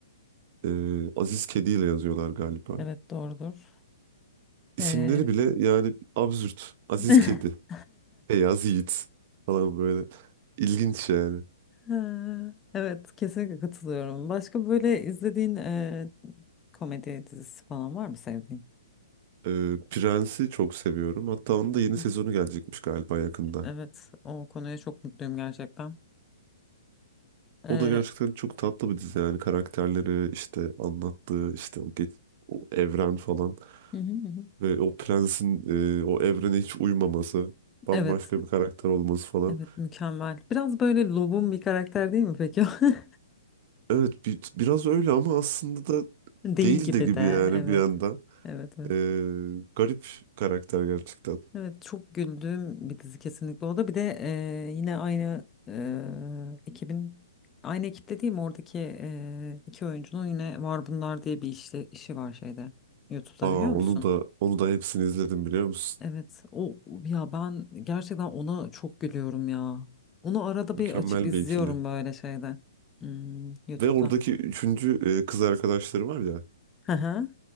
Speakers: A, on the right; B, on the left.
A: Ee, Aziz Kedi ile yazıyorlar galiba.
B: evet doğrudur.
A: İsimleri
B: Ee,
A: bile yani absürt. Aziz
B: <laughs>
A: Kedi, Feyyaz Yiğit falan böyle. İlginç yani.
B: Ha, Evet, kesinlikle katılıyorum. Başka böyle izlediğin e, komedi dizisi falan var mı sevdiğin?
A: Ee, Prens'i çok seviyorum. Hatta onun da yeni
B: Hı
A: sezonu
B: hı.
A: gelecekmiş galiba yakında.
B: Evet, o konuya çok mutluyum gerçekten. Ee,
A: O da gerçekten çok tatlı bir dizi yani karakterleri işte anlattığı işte o, ge- o evren falan.
B: Hı hı hı.
A: Ve o prensin e, o evrene hiç uymaması, bambaşka
B: evet,
A: bir karakter olması falan.
B: evet mükemmel. Biraz böyle lobum bir karakter değil mi peki? <laughs>
A: Evet bi- biraz öyle ama aslında da
B: Değil
A: değil
B: gibi
A: de gibi
B: de
A: yani
B: evet.
A: bir yandan.
B: Evet evet.
A: E, garip karakter gerçekten.
B: Evet çok güldüğüm bir dizi kesinlikle o da. Bir de e, yine aynı e, ekibin aynı ekip dediğim oradaki e, iki oyuncunun yine Var Bunlar diye bir işle, işi var şeyde. YouTube'da
A: Aa
B: biliyor musun?
A: onu da onu da hepsini izledim biliyor musun?
B: Evet o ya ben gerçekten ona çok gülüyorum ya. Onu arada
A: Mükemmel
B: bir açıp izliyorum
A: bir ikili.
B: böyle şeyde. Hmm, YouTube'da.
A: Ve oradaki üçüncü e, kız arkadaşları var ya.
B: Hı hı.